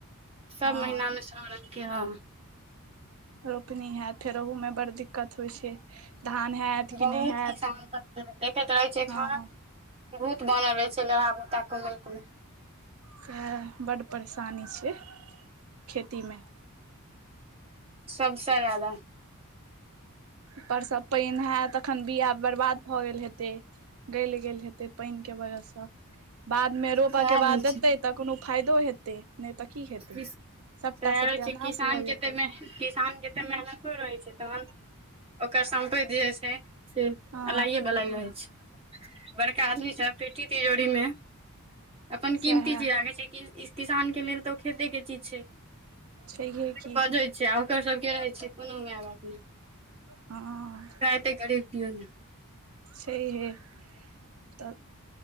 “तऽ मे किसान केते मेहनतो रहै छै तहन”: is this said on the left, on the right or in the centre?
Right